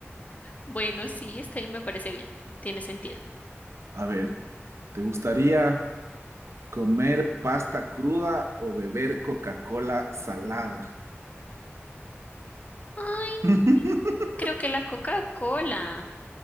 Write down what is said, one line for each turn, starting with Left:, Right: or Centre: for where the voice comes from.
Left: Bueno, sí, está bien, me parece bien. Tiene sentido.
Right: A ver, ¿te gustaría ¿Comer pasta cruda o beber Coca-Cola salada?
Left: Ay,
Right: <laughs>
Left: no, creo que la Coca-Cola,